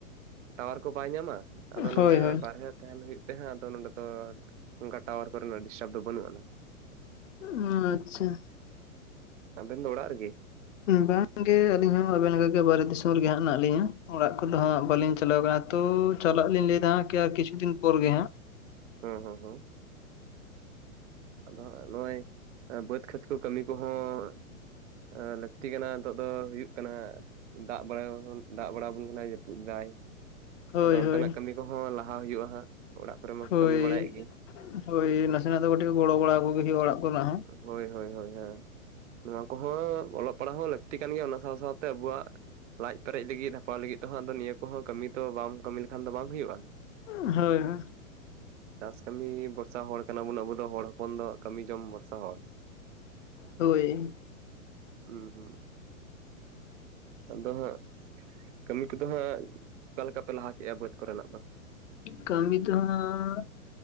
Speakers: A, on the right; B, on the left.
A: ᱴᱟᱣᱟᱨ ᱠᱚ ᱵᱟᱭ ᱧᱟᱢᱟ ᱟᱫᱚ ᱱᱚᱰᱮ
B: ᱦᱳᱭ ᱦᱳᱭ
A: ᱵᱟᱨᱦᱮᱹᱹ ᱛᱟᱦᱮᱱ ᱦᱩᱭᱩᱜ ᱛᱮᱦᱟᱸᱜ ᱟᱫᱚ ᱱᱚᱰᱮ ᱫᱚ, ᱚᱱᱠᱟ ᱴᱟᱣᱟᱨ ᱠᱚᱨᱮᱱᱟᱜ ᱰᱤᱥᱴᱟᱵᱽ ᱫᱚ ᱵᱟᱹᱱᱩᱜ ᱟᱱᱟ᱾
B: ᱚ ᱟᱪᱪᱷᱟ
A: ᱟᱵᱮᱱ ᱫᱚ ᱚᱲᱟᱜ ᱨᱮᱜᱤ
B: ᱵᱟᱝᱜᱮ ᱟᱹᱞᱤᱧ ᱦᱚᱸ ᱟᱵᱮᱱ ᱞᱮᱠᱟᱜᱮ ᱵᱟᱦᱨᱮ ᱫᱤᱥᱚᱢ ᱨᱮᱜᱮ ᱦᱟᱸᱜ ᱦᱮᱱᱟᱜ ᱞᱤᱧᱟ, ᱚᱲᱟᱜ ᱠᱚᱫᱚ ᱦᱟᱸᱜ ᱵᱟᱟᱹᱞᱤᱧ ᱪᱟᱞᱟᱣ ᱟᱠᱟᱱᱟ᱾ ᱛᱚ ᱪᱟᱞᱟᱜ ᱞᱤᱧ ᱞᱟᱹᱭᱮᱫᱟ ᱟᱨ ᱠᱤᱪᱷᱩ ᱫᱤᱱ ᱯᱚᱨ ᱜᱮ ᱦᱟᱸᱜ᱾
A: ᱦᱚᱸ ᱦᱚᱸ ᱦᱚᱸ ᱟᱫᱚ ᱱᱚᱜᱼᱚᱭ ᱵᱟᱹᱫᱽ ᱠᱷᱮᱛ ᱠᱚ ᱠᱟᱹᱢᱤ ᱠᱚᱦᱚᱸ ᱞᱟᱹᱠᱛᱤ ᱠᱟᱱᱟ ᱱᱤᱛᱚᱜ ᱫᱚ ᱦᱩᱭᱩᱜ ᱠᱟᱱᱟ ᱫᱟᱜ ᱵᱟᱲᱤ ᱫᱟᱜ ᱵᱟᱲᱟ ᱟᱵᱚᱱ ᱠᱟᱱᱟ ᱡᱟᱹᱯᱩᱫ ᱫᱟᱭ
B: ᱦᱳᱭ
A: ᱟᱫᱚ ᱚᱱᱛᱮᱱᱟᱜ
B: ᱦᱳᱭ
A: ᱠᱟᱹᱢᱤ ᱠᱚᱦᱚᱸ ᱞᱟᱦᱟ ᱦᱩᱭᱩᱜᱼᱟ ᱦᱟᱸᱜ ᱚᱲᱟᱜ ᱠᱚᱨᱮ ᱢᱟᱠᱚ
B: ᱦᱳᱭ
A: ᱠᱟᱹᱢᱤ ᱵᱟᱲᱟᱭᱮᱫ ᱜᱮ
B: <inaudible> ᱦᱳᱭ ᱱᱟᱥᱮᱱᱟᱜ ᱫᱚ ᱠᱟᱹᱴᱤᱡ ᱜᱚᱲᱚ ᱵᱟᱲᱟ ᱠᱚᱜᱮ ᱦᱩᱭᱩᱜᱼᱟ ᱚᱲᱟᱜ ᱠᱚᱨᱮᱱᱟᱜ ᱦᱚᱸ᱾
A: ᱦᱳᱭ ᱦᱳᱭ ᱦᱳᱭ ᱱᱚᱣᱟ ᱠᱚᱦᱚᱸ ᱚᱞᱚᱜ ᱯᱟᱲᱦᱟᱜ ᱦᱚᱸ ᱞᱟᱹᱠᱛᱤ ᱠᱟᱱ ᱜᱮᱭᱟ ᱚᱱᱟ ᱥᱟᱶ ᱥᱟᱶᱛᱮ ᱟᱵᱚᱣᱟᱜ ᱞᱟᱡ ᱯᱮᱨᱮᱡ ᱞᱤᱜᱤᱫ ᱵᱷᱟᱛᱟᱣ ᱞᱟᱹᱜᱤᱫ ᱛᱮᱦᱚᱸ ᱱᱤᱭᱟᱹ ᱠᱚᱦᱚᱸ ᱠᱟᱹᱢᱤ ᱛᱚ ᱵᱟᱢ ᱠᱟᱹᱢᱤ ᱞᱮᱠᱷᱟᱱ ᱫᱚ ᱵᱟᱝ ᱦᱩᱭᱩᱜᱼᱟ
B: ᱦᱳᱭ ᱦᱳᱭ
A: <inaudible> ᱪᱟᱥ ᱠᱟᱹᱢᱤ ᱵᱷᱚᱨᱥᱟ ᱦᱚᱲ ᱠᱟᱱᱟ ᱵᱚᱱ ᱟᱹᱵᱚ ᱫᱚ ᱦᱚᱲ ᱦᱚᱯᱚᱱ ᱫᱚ ᱠᱟᱹᱢᱤ ᱡᱚᱢ ᱵᱷᱚᱨᱥᱟ ᱦᱚᱲ
B: ᱦᱳᱭ
A: ᱦᱩᱸ ᱦᱩᱸ ᱟᱫᱚ ᱦᱟᱸᱜ ᱠᱟᱹᱢᱤ ᱠᱚᱫᱚ ᱦᱟᱸᱜᱼᱼ ᱪᱮᱫᱠᱟ ᱯᱮ ᱞᱟᱦᱟ ᱠᱮᱜᱼᱟ ᱵᱟᱹᱫᱽ ᱠᱚᱨᱮᱱᱟᱜ ᱫᱚ?
B: ᱠᱟᱹᱢᱤ ᱛᱚ ᱦᱟᱸᱜᱼᱼ